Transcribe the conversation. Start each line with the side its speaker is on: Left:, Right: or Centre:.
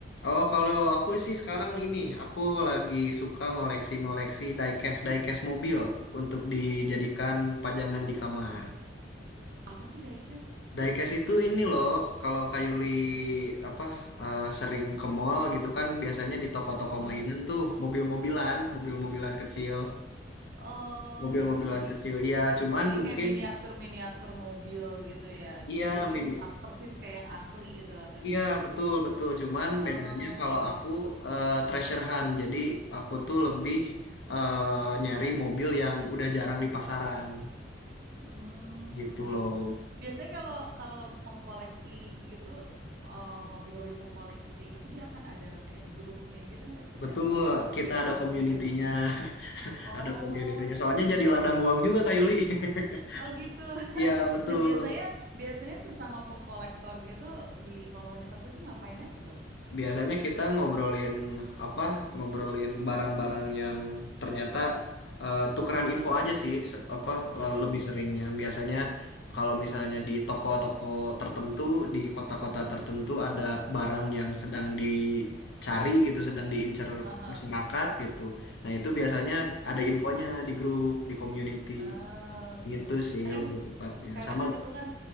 Left: oh, kalau aku sih sekarang ini, aku lagi suka ngoleksi-ngoleksi diecast diecast mobil untuk dijadikan pajangan di kamar.
Right: Apa sih diecast?
Left: Diecast itu ini loh, kalau Kayuli apa eh, sering ke mall gitu kan, biasanya di toko-toko
Right: Heeh.
Left: mainan tuh mobil-mobilan, mobil-mobilan kecil.
Right: Oh
Left: Mobil-mobilan
Right: gitu. Jadi
Left: kecil. Iya, cuman
Right: jadi
Left: mungkin
Right: kayak miniatur miniatur mobil gitu ya.
Left: iya
Right: Bentuknya
Left: mini.
Right: sa- persis kayak yang asli gitu atau
Left: Iya,
Right: gimana?
Left: betul betul. Cuman
Right: Oh,
Left: bedanya
Right: Oke.
Left: kalau aku eh, treasure hunt. Jadi aku tuh lebih eh, nyari mobil yang udah jarang di pasaran
Right: Hmm,
Left: gitu
Right: gitu.
Left: loh.
Right: Biasanya kalau kalau pengkoleksi gitu eh, hobi-hobi pengkoleksi kayak gitu dia akan ada kayak grupnya gitu nggak sih
Left: Betul,
Right: atau ada komunitasnya
Left: kita ada community-nya,
Right: gitu?
Left: <laughs>
Right: Oh,
Left: ada community-nya.
Right: ada komunitas.
Left: Soalnya jadi ladang uang juga Kak Yuli. <laughs>
Right: Oh gitu. <laughs>
Left: Iya, betul.
Right: Nah biasanya biasanya sesama pengkolektor gitu di komunitas itu ngapain aja tuh?
Left: Biasanya kita ngobrolin apa? Ngobrolin barang-barang yang ternyata eh, tukeran info aja sih, se- apa le-
Right: Hmm.
Left: lebih seringnya. Biasanya kalau misalnya di toko-toko tertentu, di kota-kota tertentu ada barang yang sedang dicari gitu, sedang diincar
Right: Aha.
Left: masyarakat gitu. Nah, itu biasanya ada infonya di grup, di community
Right: Ah, gitu.
Left: gitu sih
Right: Nah kan
Left: lebih tepatnya.
Right: Karena
Left: Sama
Right: kan itu kan